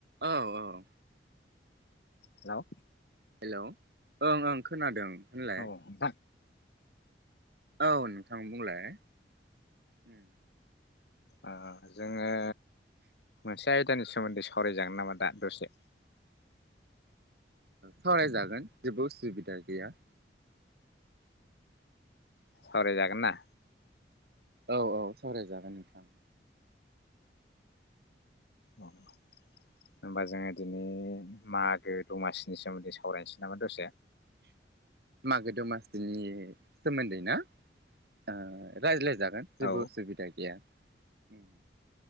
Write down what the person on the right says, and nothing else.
औ औ
hello ओं ओं खोनादों होनलाय
औ नोंथां बुंलाय ओम
सावरायजागोन जेबो उसुबिदा गैया
औ औ सावरायजागोन नोंथां
मागो दमासिनि सोमोन्दै ना ओ रायज्लाय जागोन जेबो
उसुबिदा गैया उम